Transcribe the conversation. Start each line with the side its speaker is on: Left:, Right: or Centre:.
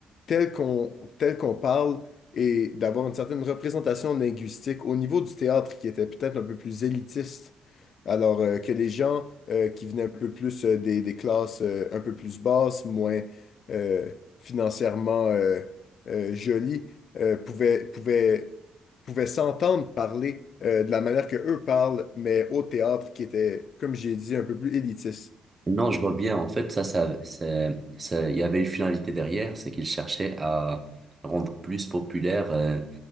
Left: tel qu'on tel qu'on parle et d'avoir une certaine représentation linguistique au niveau du théâtre qui était peut-être un peu plus élitiste. Alors euh, que les gens euh, qui venaient un peu plus euh, des, des classes euh, un peu plus basses, moins euh, financièrement euh, euh, jolies, euh, pouvaient, pouvaient, pouvaient s'entendre parler euh, de la manière que eux parlent, mais au théâtre qui était, comme j'ai dit, un peu plus élitiste.
Right: Non, je vois bien. En fait, ça, ça, c'est, c'est- il y avait une finalité derrière, c'est qu'il cherchait à rendre plus populaire euh,